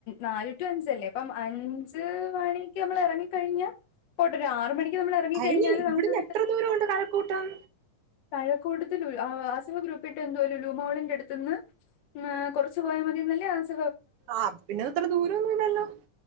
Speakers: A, on the left (about 65°); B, on the right (about 80°).
A: നാല് ടു അഞ്ചല്ലേ അപ്പം അഞ്ച മണിക്ക് നമ്മൾ ഇറങ്ങ കഴിഞ്ഞാൽ പോട്ട ഒരു ആറ മണിക്ക് നമ്മൾ ഇറങ്ങിക്കഴിഞ്ഞാല്
B: അയിന് ഇവിടുന്ന്
A: നമുക്ക്
B: എത്ര ദൂരോണ്ട് കഴക്കൂട്ടം.
A: മഴ കൂടുതൽ ഉള അസവ ഗ്രൂപ്പിട്ട് എന്തോ ലുലൂ മോളിന്റെട്ത്ത്ന്ന് ങേ കൊറച്ച് പോയാൽ മതിന്നല്ലേ അസ്
B: ആഹ് പിന്ന ഇത് ഇത്ര ദൂരൊന്നും ഇല്ലല്ലോ